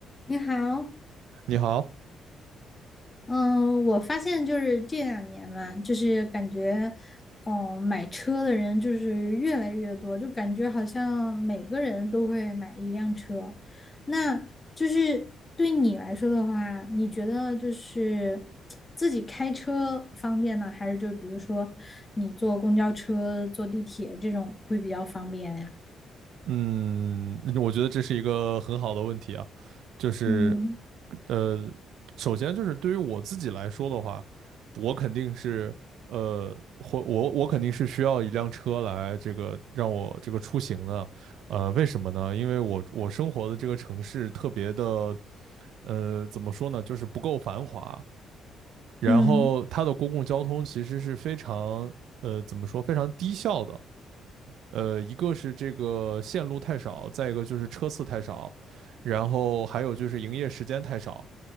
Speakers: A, on the left; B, on the right.
A: 你好，
B: 你好，
A: 嗯，我发现就是这两年嘛，就是感觉，哦，买车的人就是越来越多，就感觉好像每个人都会买一辆车。那就是对你来说的话，你觉得就是自己开车方便呢，还是就比如说你坐公交车、坐地铁这种会比较方便呀？
B: 嗯，我觉得这是一个很好的问题啊，就是，
A: 嗯
B: 呃，首先就是对于我自己来说的话，我肯定是，呃，或我我肯定是需要一辆车来这个让我这个出行的，呃，为什么呢？因为我我生活的这个城市特别的，呃，怎么说呢，就是不够繁华，然后它的公共交通其实是非常，
A: 嗯。
B: 呃，怎么说，非常低效的。呃，一个是这个线路太少，再一个就是车次太少，然后还有就是营业时间太少。